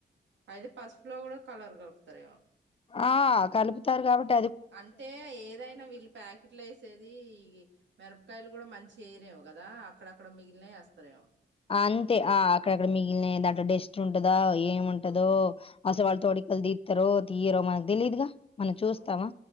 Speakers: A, on the right (about 80°); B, on the left (about 30°).
A: అయితే పసుపులో కూడా కలర్ కలుపుతార
B: ఆ కలుపుతారు కాబట్టి
A: అంటే ఏదైనా వీళ్ళు ప్యాకెట్లు వేసేది ఈ మిరపకాయలు కూడా మంచి వేరే కదా అక్కడక్కడ మిగిలినవి వేస్తారేమో
B: అంతే ఆ అక్కడక్కడ మీ దాంట్లో డస్ట్ ఉంటదా ఏమి
A: అబ్బో
B: ఉంటదో అసలు వాళ్ళు తోడికలు
A: ఆ,
B: తీస్తరో తీరో మనకు తెలీదుగా మనం చూస్తామా
A: అవును